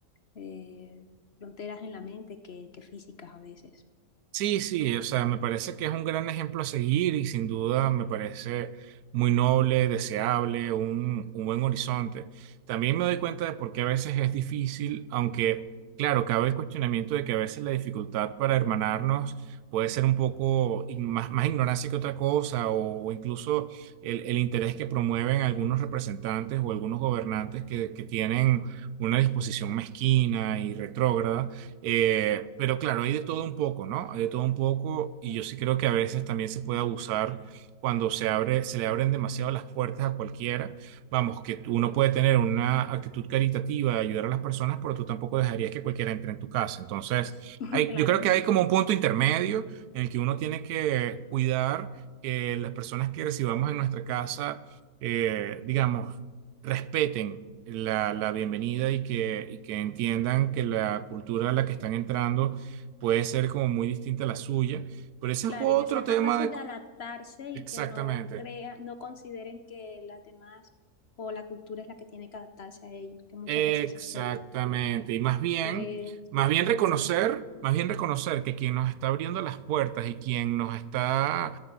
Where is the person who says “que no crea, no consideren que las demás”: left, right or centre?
Left